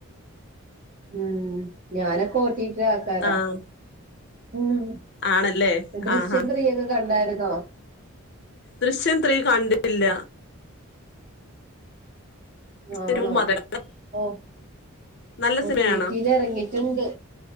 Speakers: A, on the right (about 35°); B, on the left (about 50°).
A: ഉം ഞാനക്കെ ഓട്ടിട്ടി ആക്കാരാ
B: ആഹ്
A: ഉം
B: ആണല്ലേ
A: ദൃശ്യത്രീ
B: ആഹാ
A: ഒക്കെ കണ്ടായിരുന്നോ
B: ദൃശ്യം ത്രീ കണ്ടില്ല ദൃശ്യം
A: ആണോ
B: ടു മാത്രം
A: ഓ
B: നല്ല സിനിമയാണോ
A: ടിടില് ഇറങ്ങിട്ടിണ്ട്